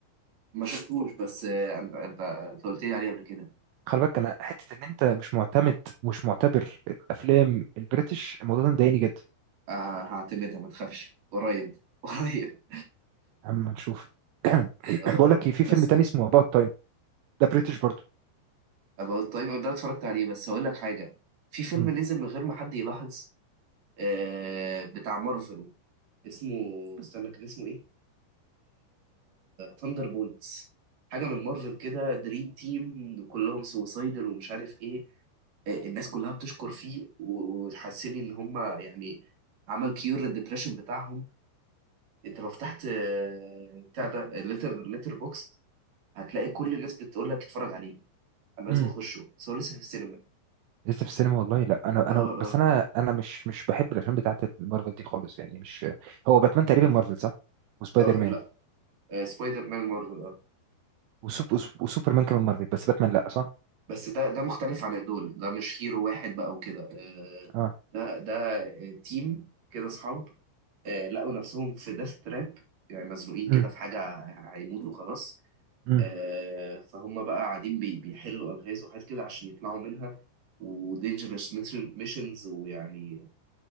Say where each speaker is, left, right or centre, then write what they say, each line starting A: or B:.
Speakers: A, on the right; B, on the right.
A: ما شفتوش بس آه، أنت أنت أنت قلت لي عليها قبل كده
B: خلي بالك انا حته ان انت مش معتمد مش معتبر الافلام البريتش الموضوع ده مضايقني جدا
A: آه هعتمدها ما تخافش قريب <laughs> قريب
B: اما نشوف <clears throat>
A: آه
B: بقول لك إيه، في فيلم
A: بس
B: تاني اسمه اباوت تايم ده بريتش برضه
A: أبقى التايم ده اتفرجت عليه بس هقول لك حاجة في فيلم
B: مم.
A: نزل من غير ما حد يلاحظ آه بتاع مارفل اسمه استنى كان اسمه إيه ثاندر بولتس حاجه من مارفل كده دريم تيم كلهم سوسايدر ومش عارف ايه آه، الناس كلها بتشكر فيه و- وتحسني ان هم يعني عمل كيور للدبريشن بتاعهم انت لو فتحت آه، بتاع ده الليتر ليتر بوكس هتلاقي كل الناس بتقول لك اتفرج عليه انا
B: مم.
A: لازم اخشه بس هو لسه في السينما
B: لسه في السينما والله لا انا
A: اه
B: انا
A: اه
B: بس انا انا مش مش بحب الافلام بتاعت مارفل دي خالص يعني مش هو باتمان تقريبا مارفل صح وسبايدر
A: اه
B: مان
A: لا آه سبايدر مان مارفل اه
B: وسوب وسوب- وسوبرمان كمان مارفل بس باتمان لا صح
A: بس ده ده مختلف عن دول ده مش هيرو واحد بقى وكده آه
B: اه
A: ده ده آه، تيم كده اصحاب آه، لقوا نفسهم في ديث تراب يعني مزنوقين
B: امم
A: كده في حاجة هيموتوا خلاص
B: امم
A: آه، فهم بقى قاعدين بي- بيحلوا ألغاز وحاجات كده عشان يطلعوا منها ودينجرس ميشنز ويعني